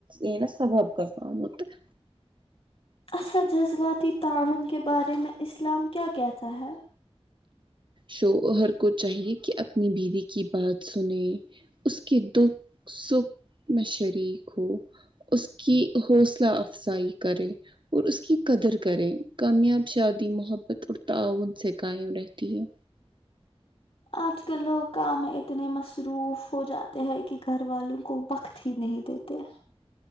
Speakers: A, on the right (about 50°); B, on the left (about 60°).
A: یہ ناں ثواب کا کام ہوتا ہے
B: اچھا جذباتی تعاون کے بارے میں اسلام کیا کہتا ہے
A: شوہر کو چاہیے کہ اپنی بیوی کی بات سنے اس کے دکھ سکھ میں شریک ہو اس کی حوصلہ افزائی کرے اور اس کی قدر کریں کامیاب شادی محبت اور تعاون سے قائم رہ تی ہے
B: آج کل لوگ کام اتنے مصروف ہوجاتے ہیں کہ گھر والوں کو وقت ہی نہیں دیتے